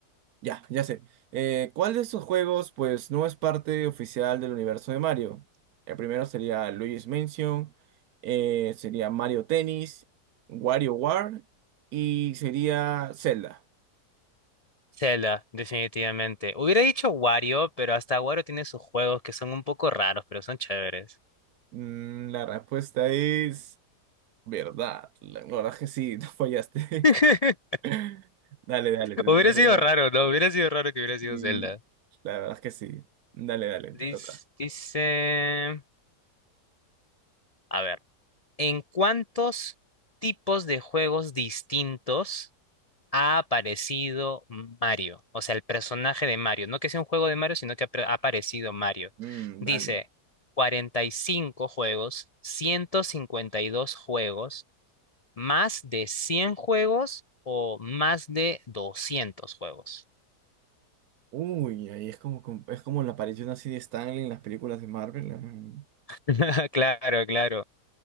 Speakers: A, on the right (about 70°); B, on the left (about 65°).
A: Ya, ya sé. Eh, ¿cuál de estos juegos, pues, no es parte oficial del universo de Mario? El primero sería Luigi's Mansion, eh, sería Mario Tennis, WarioWare y sería Zelda.
B: Zelda, definitivamente. Hubiera dicho Wario, pero hasta Wario tiene sus juegos que son un poco raros, pero son chéveres.
A: Mm, La respuesta es verdad. La la verdad es que sí, no fallaste.
B: <laughs>
A: <laughs> Dale, dale, te
B: Hubiera
A: toca hacer
B: sido
A: una.
B: raro, ¿no? Hubiera sido raro que hubiera sido
A: Y
B: Zelda.
A: la verdad es que sí. Dale, dale,
B: Dice,
A: te toca.
B: dice, a ver, ¿en cuántos tipos de juegos distintos ha aparecido Mario, o sea, el personaje de Mario, no que sea un juego de Mario, sino que ha apre- ha aparecido Mario.
A: Mm,
B: Dice
A: dale.
B: 45 juegos, 152 juegos, más de 100 juegos o más de 200 juegos.
A: Uy, ahí es como, como- es como la aparición así de Stanley en las películas de Marvel. Mm.
B: <laughs> Claro, claro.